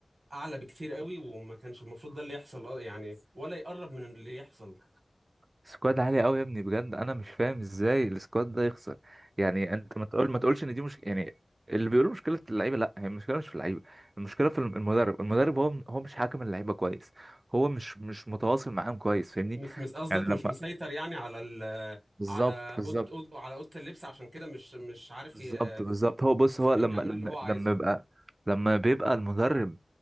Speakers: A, on the right; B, on the right.
A: اعلى بكتير قوي وما كانش المفروض ده اللي يحصل اه يعني ولا يقرب من اللي يحصل
B: سكواد عالي قوي يا ابني بجد انا مش فاهم ازاي السكواد ده يخسر يعني انت ما تقول ما تقولش ان دي مش يعني اللي بيقولوا مشكله اللعيبه لا هي المشكله مش في اللعيبه المشكله في الم- المدرب المدرب هو هو مش حاكم اللعيبه كويس هو مش مش متواصل معاهم كويس فاهمني
A: مش مس قصدك
B: يعني لما
A: مش مسيطر يعني على ال
B: بالظبط
A: على
B: بالظبط
A: أوض أوض على أوضة اللبس عشان كده مش مش عارف
B: بالظبط
A: ي-
B: بالظبط هو بص
A: يخليهم
B: هو لما
A: يعملوا
B: لما
A: اللي هو عايزه
B: لما يبقى لما بيبقى المدرب